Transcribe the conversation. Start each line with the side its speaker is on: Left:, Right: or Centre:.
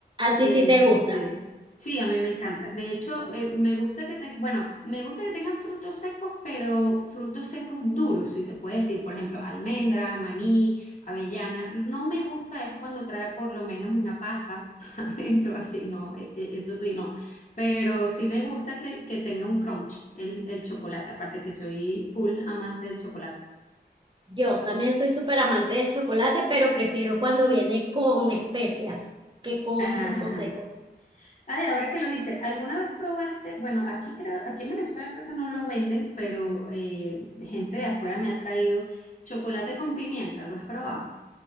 Right: A
Left: Este,
Right: ti sí te gusta.
Left: sí, a mí me encanta. De hecho, eh, me gusta que te- bueno, me gusta que tengan frutos secos, pero frutos secos duros, si se puede decir. Por ejemplo, almendra, maní, avellana. No me gusta es cuando trae por lo menos una pasa <laughs> adentro, así no, e- e- eso sí no. Pero sí me gusta que, que tenga un crunch el, el chocolate, aparte que soy full amante del chocolate.
Right: Yo también soy súper amante del chocolate, pero prefiero cuando viene con especias que con
Left: Ajá.
Right: frutos secos.
Left: Ay, ahora que lo dice, ¿alguna vez probaste? Bueno, aquí creo, aquí en Venezuela creo que no lo venden, pero eh, gente de afuera me ha traído chocolate con pimienta, ¿lo has probado?